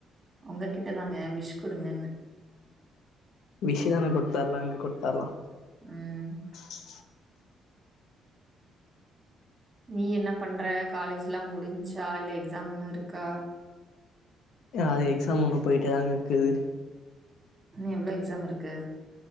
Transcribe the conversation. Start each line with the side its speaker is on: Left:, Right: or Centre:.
Right: உங்க கிட்டதாங்க விஷ் குடுங்க
Left: விஷதான குடுத்தரலா அங்க குடுத்தரலா
Right: ம்
Left: <inaudible>
Right: நீ என்ன பண்ற காலேஜ் எல்லா முடிஞ்ச்சா இல்ல எக்ஸாம் இன்னு இருக்கா
Left: அது எக்ஸாம் இன்னு போய்ட்டே தாங்க இருக்குது
Right: இன்னு எவ்வளோ எக்ஸாம் இருக்கு